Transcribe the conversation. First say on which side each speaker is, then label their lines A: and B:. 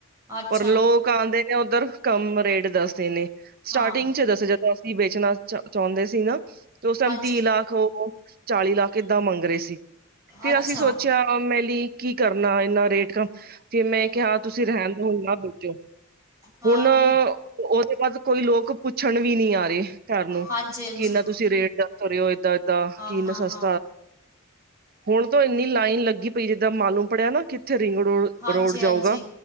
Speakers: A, on the right (about 15°); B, on the right (about 45°).
A: ਅੱਛਾ
B: ਪਰ ਲੋਕ ਆਂਦੇ ਨੇ ਉੱਧਰ ਕੰਮ ਰੇਟ ਦੱਸਦੇ ਨੇ। ਸਟਾਟਿੰਗ
A: ਹਾਂ
B: ਚ ਦੱਸ ਜਦ ਤੀਹ ਵੇਚਣਾ ਚ ਚਾਹੁੰਦੇ ਸੀ ਨਾ ਤੇ ਉਸ ਟਾਈਮ
A: ਹਾਂਜੀ
B: ਤੀਹ ਲੱਖ ਹੋ ਚਾਲੀ ਲੱਖ ਕਿੱਦਾਂ ਮੰਗ ਰਹੇ ਸੀ ਫਿਰ
A: ਅੱਛਾ
B: ਅਸੀਂ ਸੋਚਿਆ ਕਿਆ ਮੈ ਲਈ ਕੀ ਕਰਨਾ ਇੰਨਾ ਰੇਟ ਕੰਮ ਜੇ ਮੈਂ ਕਿਹਾ ਤੁਸੀਂ ਰਹਿਣ ਦੋ ਹੁਣ ਨਾ ਬੇਚੋ
A: ਹਾਂ
B: ਹੁਣ ਉਹਦੇ ਬਾਅਦ ਕੋਈ ਲੋਕ ਪੁੱਛਣ ਵੀ ਨੀ ਆ ਰਹੇ ਕਰ ਲੌ
A: ਹਾਂਜੀ ਹਾਂਜੀ
B: ਕਿ ਇੰਨਾ ਤੁਸੀਂ ਰੇਟ ਪਰ ੳ ਏਦਾਂ- ਏਦਾਂ
A: ਹਾਂ
B: ਕਿ ਇੰਨਾ
A: ਹਾਂ
B: ਸਸ
A: ਹਾਂ
B: ਹੁਣ ਤਾਂ ਇੰਨੀ ਲਾਈਨ ਲੱਗੀ ਪਈ ਜਿੱਦਾਂ ਮਾਲੂਮ ਪੜ੍ਹਿਆ ਨਾ ਕਿ ਉੱਥੇ ਰਿੰਗ ਰੋਡ-
A: ਹਾਂਜੀ
B: ਰੋਡ ਜਾਊਗਾ।
A: ਹਾਂਜੀ